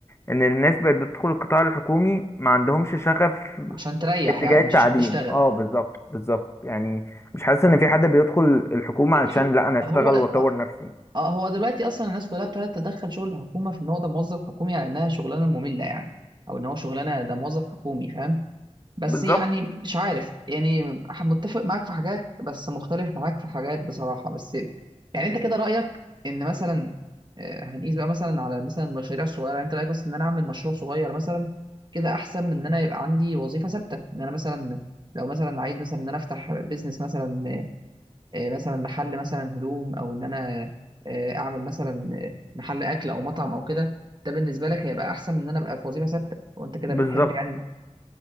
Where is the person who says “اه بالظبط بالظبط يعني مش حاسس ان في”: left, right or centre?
Left